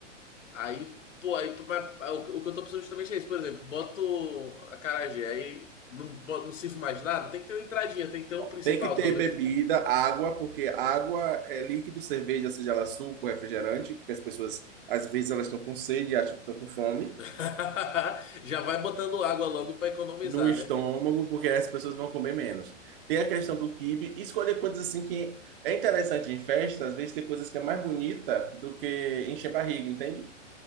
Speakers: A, on the left; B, on the right.
A: aí, pô, aí, tu- mas, o, o que eu tô pensando justamente é isso. Por exemplo, boto a Carajé aí não, bo- não sirvo mais nada. Tem que ter uma entradinha, tem que ter um
B: Ó,
A: principal,
B: tem que ter
A: talvez.
B: bebida, água, porque água é líquido, cerveja, seja ela suco, refrigerante, porque as pessoas, às vezes, elas estão com sede e acham que estão com fome.
A: <laughs> Já vai botando água logo para economizar,
B: No estômago,
A: né?
B: porque aí as pessoas vão comer menos. Tem a questão do quibe. Escolher coisas assim que é interessante em festa, às vezes tem coisas que é mais bonita do que encher barriga, entende?